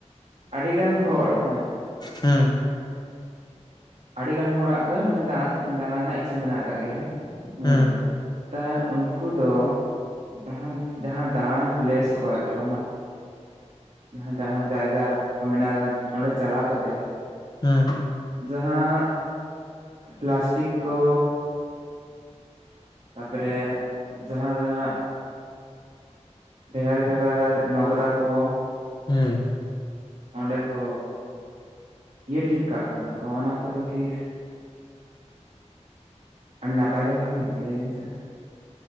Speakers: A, on the right; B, on the left.
A: ᱟᱰᱤ ᱜᱟᱱ ᱦᱚᱲ ᱦᱮᱸ᱾
B: ᱦᱩᱸ᱾
A: <inaudible> ᱟᱰᱤ ᱜᱟᱱ ᱦᱚᱲᱟᱜ ᱜᱮ ᱢᱟᱱᱮ ᱫᱟᱬᱟᱜ ᱫᱟᱬᱟ ᱨᱮᱱᱟᱜ ᱤᱪᱪᱷᱟ ᱢᱮᱱᱟᱜ ᱟᱠᱟᱜ ᱜᱮᱭᱟ ᱦᱮᱸ ᱧᱮᱞ
B: ᱦᱩᱸ
A: ᱵᱤᱱ᱾ ᱛᱟ ᱩᱱᱠᱩ ᱫᱚ ᱫᱟᱦᱟᱸ ᱡᱟᱦᱟᱸ ᱫᱟᱬᱟᱱ ᱯᱞᱮᱥ ᱠᱚ ᱟᱨᱠᱤ ᱚᱱᱟ ᱡᱟᱦᱟᱸ ᱡᱟᱦᱟᱸᱱ ᱡᱟᱭᱜᱟ ᱠᱚ ᱢᱮᱱᱟᱜ ᱟᱠᱟᱫᱟ ᱚᱸᱰᱮ ᱪᱟᱞᱟᱣ ᱠᱟᱛᱮ
B: ᱦᱩᱸ
A: ᱡᱟᱦᱟᱸ ᱯᱞᱟᱥᱴᱤᱠ ᱠᱚ ᱛᱟᱯᱚᱨᱮ ᱡᱟᱦᱟᱸ ᱫᱚ ᱱᱟᱜ ᱵᱷᱮᱜᱟᱨ ᱵᱷᱮᱜᱟᱨ ᱱᱚᱜᱽᱨᱟ ᱠᱚ᱾
B: ᱦᱩᱸ᱾
A: ᱚᱸᱰᱮ ᱠᱚ ᱤᱭᱟᱹ ᱴᱷᱤᱠ ᱠᱟᱜ ᱠᱟᱱᱟ ᱠᱚ ᱚᱱᱟ ᱠᱚᱫᱚ ᱠᱤ ᱟᱹᱰᱤ ᱱᱟᱯᱟᱭ ᱠᱟᱛᱷᱟ ᱠᱟᱱᱟ ᱞᱟᱹᱭ ᱵᱤᱱ ᱥᱮ?